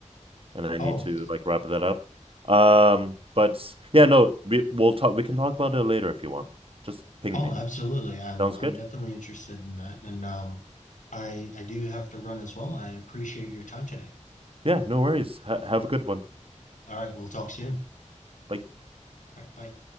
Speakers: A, on the right; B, on the left.
A: and I
B: Oh,
A: need to like wrap that up. Um, but yeah, no, we we'll talk. We can talk about it later if you want. Just ping
B: oh,
A: me.
B: absolutely. I'm
A: Sounds
B: I'm
A: good.
B: definitely interested in that. And um I I do have to run as well. I appreciate your time today.
A: Yeah, no worries. Ha have a good one.
B: All right, we'll talk soon.
A: Bye.
B: All right, bye.